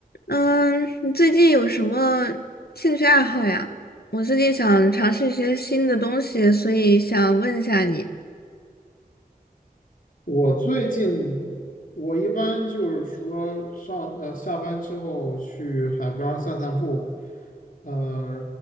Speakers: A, on the left; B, on the left.
A: 嗯，你最近有什么兴趣爱好呀？我最近想尝试一些新的东西，所以想问一下你，
B: 我最近我一般就是说上呃下班之后去海边儿散散步，呃，